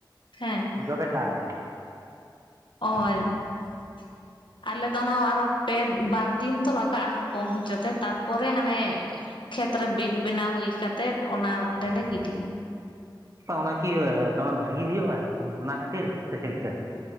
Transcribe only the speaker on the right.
ᱡᱚᱵᱮ ᱠᱟᱜ-ᱟᱞᱮ᱾
<inaudible>
ᱚᱱᱟᱠᱤ ᱵᱷᱟᱜᱤ ᱦᱩᱭᱩᱜᱼᱟ ᱚᱱᱟ ᱠᱷᱟᱹᱛᱤᱨ ᱥᱮ ᱪᱮᱫ ᱞᱮᱠᱟ?